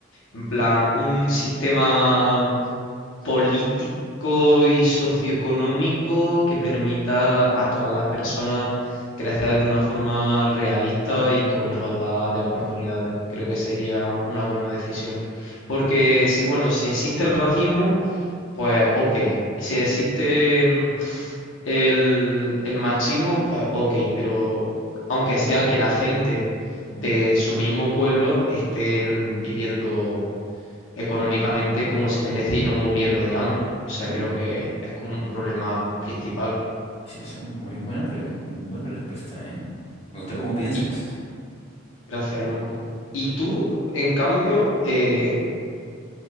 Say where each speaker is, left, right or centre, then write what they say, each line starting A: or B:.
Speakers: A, on the left; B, on the left.
A: En plan, un sistema político y socioeconómico que permita a todas las personas crecer de una forma realista y con igualdad de oportunidades. Creo que sería una buena decisión. Porque si, bueno, si existe el racismo, pues ok. Si existe mm, el, el machismo, pues ok, pero aunque sea que la gente de su mismo pueblo estén viviendo económicamente como se merece y no muriendo de hambre. O sea,
B: Ujú.
A: creo que es como un problema principal.
B: Sí, esa es muy buena pregunta, buena respuesta, ¿eh? Me gusta cómo piensas.
A: Y gracias, loco. Y tú, en cambio, eh,